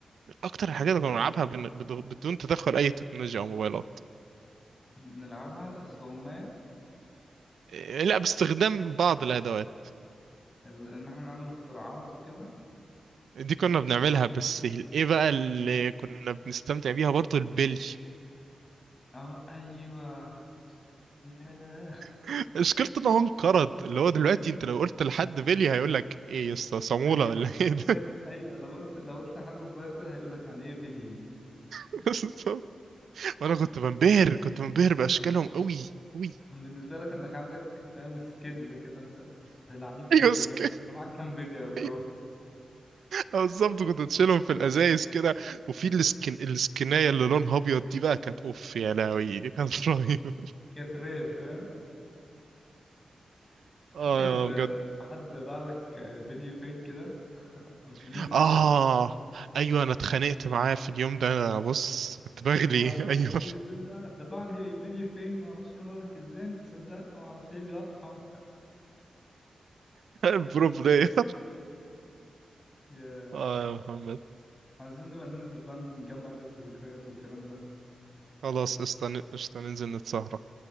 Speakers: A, on the right; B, on the left.
A: اكتر الحاجات اللي كنا بنلعبها بن- بدو- بدون تدخل اي تكنولوجيا او موبايلات
B: بنلعبها استغماية
A: إيه، لا باستخدام بعض الادوات
B: ال- ان احنا نعمل اختراعات وكده
A: دي كنا بنعملها بس ايه بقى اللي كنا بنستمتع بيها برضو البلي
B: اهو ايوه ياه
A: <laughs> مشكلته ان هو انقرض اللي هو دلوقتي
B: بال
A: انت لو قلت لحد بلي هيقول لك ايه يا اسطى صامولة
B: ايوه
A: ولا
B: انت حرفيا
A: ايه ده
B: ايوه لو قلت لو قلت لحد صغير كده هيقول لك يعني ايه بلي دي شوف،
A: <laughs> وانا كنت بنبهر كنت بنبهر باشكالهم قوي قوي <laughs>
B: كان بالنسبة لك انك عندك فاهم سكيل كده انت ده لعيب
A: ايوه
B: بلي فاهم
A: سك-
B: انت معاك كام بلي يا برو
A: أيوة، بالظبط كنت تشيلهم في الازايز كده وفي السكن السكنايه اللي لونها ابيض دي بقى كانت اوف يا لهوي دي كانت <laughs> رهيبه
B: كانت رير فاهم
A: اه
B: فاكر
A: بجد
B: آه، لما حد باع لك آه، بلي فيك كده <laughs> وكان
A: اه
B: اسود
A: ايوه انا اتخانقت معاه في اليوم ده انا بص كنت بغلي
B: وقعدت
A: <laughs> ايوه
B: تحكي لي تقول لي ده ده بعد فيديو فيك ما اعرفش إيه. انا اقول لك ازاي انت صدقت ما اعرفش ايه دي واضحه
A: برو بلاير
B: يا
A: اه يا محمد
B: عايزين نبقى ننزل بقى نجمع بقية الذكريات والكلام ده
A: خلاص قشطة قشطة، ننزل نتسهرة